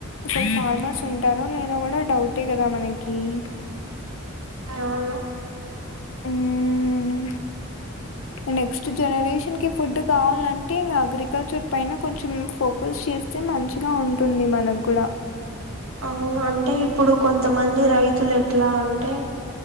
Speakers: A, on the left; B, on the right.
A: అసలు ఫార్మర్స్ ఉంటాదొ లేదో కూడా డౌటే కదా మనకి ఉమ్
B: అవును
A: హ్మ్. నెక్స్ట్ జనరేషన్ కి ఫుడ్ కావాలంటె ఇంగ అగ్రికల్చర్ పైన కొంచెం ఫోకస్ చేస్ స్తే మంచిగా ఉంటుంది మనకు గుడా
B: అవును అంటే ఇప్పుడు కొంతమంది రైతులు ఎట్లా అంటే